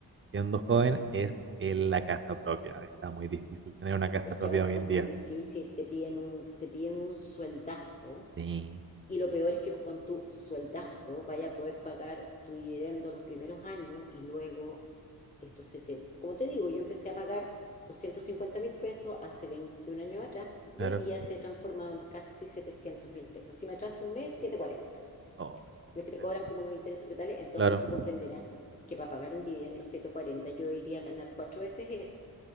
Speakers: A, on the right; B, on the left.
A: siendo
B: ¿ya?
A: joven, es el- la casa propia. Está muy difícil tener una casa
B: Es
A: propia
B: que ahora está
A: hoy en
B: muy
A: día.
B: difícil, te piden un, te piden un sueldazo
A: Sí,
B: y lo peor es que con tu sueldazo vaya a poder pagar tu dividendo los primeros años y luego esto se te... Como te digo, yo empecé a pagar doscientos cincuenta mil pesos hace 21 años atrás y
A: claro.
B: hoy día se ha transformado en casi setecientos mil pesos. Si me atraso un mes, 740.
A: No, no,
B: me
A: este,
B: te cobran como unos intereses brutales, entonces
A: claro,
B: tú comprenderás que para pagar un dividendo 140 yo iría a ganar cuatro veces eso.